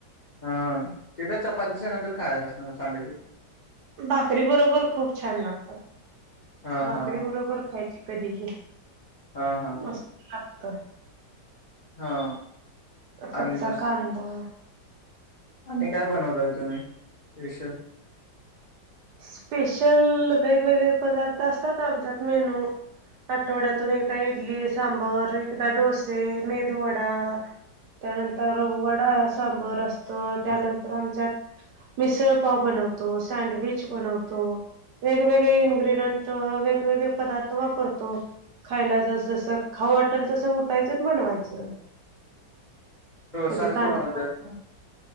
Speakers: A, on the left; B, on the right.
A: हा ते काय चपाती संकट खायला असणार सांड
B: भाकरी बरोबर खूप छान लागतात
A: हा
B: भाकरी
A: हा हा
B: बरोबर खायची कधीही
A: हा हा
B: मस्त
A: हा
B: लागत
A: हा आणि
B: कच्चा
A: दुस
B: कांदा
A: आणि काय बनवताय तुम्ही स्पेशल
B: स्पेशल वेगवेगळे पदार्थ असतात आमच्यात मेनू आठवड्यातून एकदा इडली सांबर एकदा डोसे मेदू वडा त्यानंतर वडा सांबर असत त्यानंतर आमच्यात मिसळ पाव बनवतो सँडविच बनवतो वेगवेगळे इ्ग्रेडियंट वेगवेगळे पदार्थ वापरतो खायला जस, जस, खाऊ वाटेल तसं उठायचं आणि बनवायचं.
A: डोसा
B: कधी
A: कसं
B: कांदा
A: बनवतात.
B: भजी